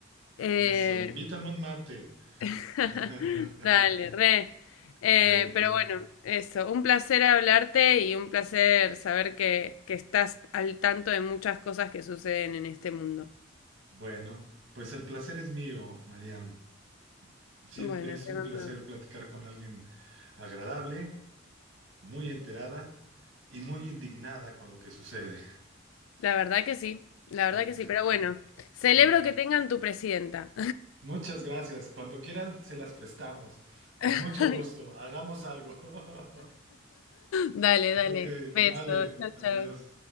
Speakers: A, on the left; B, on the right.
A: Eh,
B: eso, invítame un mate.
A: <laughs>
B: <laughs>
A: Dale, re. Eh,
B: Bueno,
A: pero bueno, eso, un placer hablarte y un placer saber que, que estás al tanto de muchas cosas que suceden en este mundo.
B: bueno, pues el placer es mío, Mariam. Siempre
A: Bueno,
B: es
A: te
B: un
A: mando.
B: placer platicar con alguien agradable, muy enterada y muy indignada con lo que sucede.
A: La verdad que sí, la
B: <laughs>
A: verdad
B: Sí,
A: que sí, pero bueno, celebro
B: sí.
A: que tengan tu presidenta.
B: Muchas gracias. Cuando quieran, se las prestamos. Con
A: <laughs>
B: mucho gusto. Hagamos algo. <laughs>
A: Dale, dale.
B: Ok,
A: Beso,
B: vale.
A: chao,
B: Adiós.
A: chao.